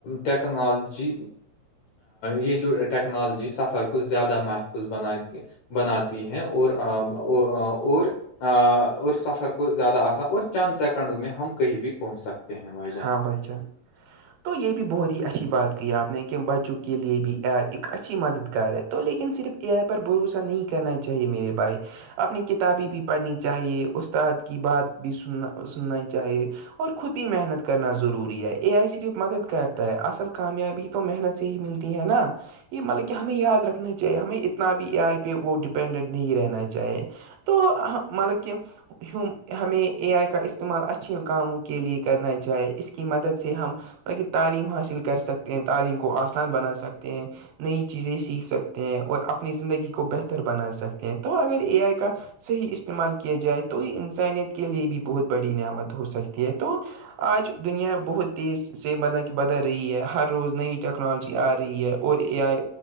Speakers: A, on the left; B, on the right.
A: ٹیکنالوجی یہ جو ٹیکنالوجی سفر کو زیادہ محفوظ بنا بناتی ہے اور اور سفر کو زیادہ آسا اور چاند سیکنڈوں میں ہم کہیں بھی پہنچ سکتے ہیں جان
B: ہاں بھائی چان تو یہ بھی بہت ہی اچھی بات کہ آپ نے کہ بچوں کے لیے بھی آ ایک اچھی مددگار ہے تو لیکن صرف اے آئی پر بھروسہ نہیں کرنا چاہیے میرے بھائی اپنی کتابیں بھی پڑھنی چاہیے استاد کی بات بھی سننا سننا چاہیے اور خود ہی محنت کرنا ضروری ہے یہ آ صرف مدد کرتا ہے اصل کامیابی تو محنت سے ہی ملتی ہے نا یہ مطلب کہ ہمیں یاد رکھنا چاہیے ہمیں اتنا بھی آئے پہ وہ ڈپینڈنٹ نہیں رہنا چاہے تو مطلب کہ ہم ہمیں اے آئی کا استعمال اچھیے کاموں کے لے کرنائی جائے اس کی مدد سے ہم بط کہ تعلیم حاصل کر سکتے ہیں تعلیم کو آسان بنا سکتے ہیں نئی چیزیں سیکھ سکتے ہیں اور اپنی زندگی کو بہتر بنا سکتے ہیں تو اگر اے آئی کا صحیح استعمال کیا جائے تو یہ انسانیت کے لئے بھی بہت بڑی نعمت ہو سکتی ہے تو آج دنیا بہت تیز سے مطلب کہ بدل رہی ہے ہر روز نئی ٹیکنالوجی آ رہی ہے اور یہ آئے